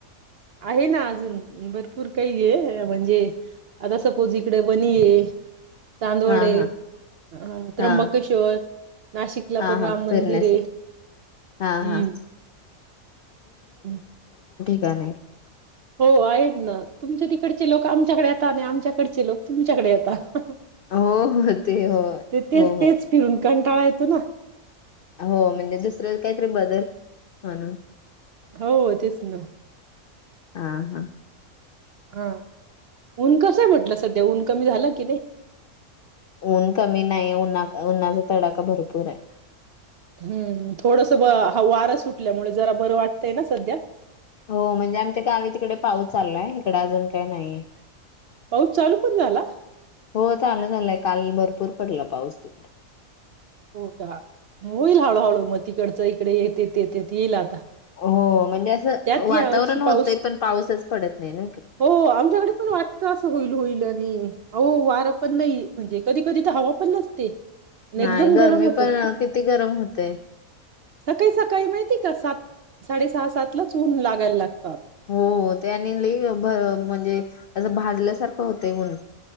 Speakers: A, on the right (about 60°); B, on the left (about 85°).
A: आहे ना अजून भरपूर काही आहे म्हणजे आता सपोज इकडे वनी आहेत चांदवड
B: हा
A: आहे
B: हा
A: अ त्र्यंबकेश्वर
B: हा
A: नाशिकला
B: हा
A: पण
B: हा
A: राम मंदिर
B: फिरण्यासाठी
A: आहे
B: हा
A: हम्
B: हा
A: ह
B: का नाही.
A: हो आहेत ना तुमचे तिकडचे लोक आमच्याकडे येतात, आणि आमच्याकडचे लोक तुमच्याकडे येतात.
B: हो हो ते होय
A: तेच
B: हो
A: तेच
B: हो..
A: फिरून कंटाळा येतो ना.
B: हो म्हणजे दुसरे काहीतरी बदल म्हणून
A: हो हो तेच ना.
B: हा हा
A: हा ऊन कसंय म्हटलं सध्या ऊन कमी, झाल की नाही.
B: ऊन कमी नाही उन्हा उन्हाचा तडाखा भरपूर आहे.
A: हम्म थोडस ब, वारा सुटल्यामुळे जरा बरं वाटतंय ना सध्या.
B: हो म्हणजे आमच्या गावी तिकडे पाऊस चाललायंं इकडं अजून काही नाहिये.
A: पाऊस चालू पण झाला?
B: हो चालु झालाय काल भरपूर पडला पाऊस तिकडे.
A: हो का होईल हळूहळू मग तिकडंच इकडे येतेत येतेत येईल आता.
B: हो‌ हो. म्हणजे असं
A: त्यात
B: वातावरण
A: या वर्षी पाऊस
B: होतंय पण पाऊसच पडत नाही ना इकडे.
A: हो, आमच्याकडे पण वाटत असं होईल, होईल., आणि अहो वारं पण नाही म्हणजे कधी कधी तर हवा पण नसते. आणि
B: नाही
A: एकदम
B: गरमी
A: गरम होतं
B: पण किती गरम होतयं.
A: सकाळी सकाळी माहिती का सात साडे सहा सात. <unintelligible> ऊन लागायं लागतयं.
B: हो हो ते आणि <unintelligible> म्हणजे असं भाजल्यासारखं होतयं ऊन.